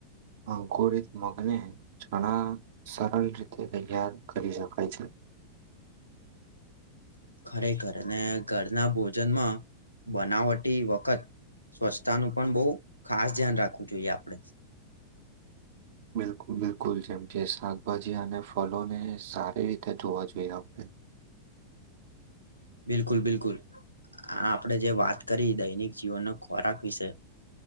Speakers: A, on the right (about 55°); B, on the left (about 85°).
A: અંકુરિત મગને જણા સરળ રીતે તૈયાર કરી શકાય છે
B: <inaudible> ખરેખર અને ઘરના ભોજનમાં બનાવટી વખત સ્વચ્છતાનું પણ બહુ ખાસ ધ્યાન રાખવું જોઈએ આપણે
A: બિલકુલ બિલકુલ જેમ જે શાકભાજી અને ફલોને સારી રીતે જોવા જોઈએ આપણે
B: બિલકુલ બિલકુલ હ આપણેે જે વાત કરી દૈનિક જીવનનો ખોરાક વિશે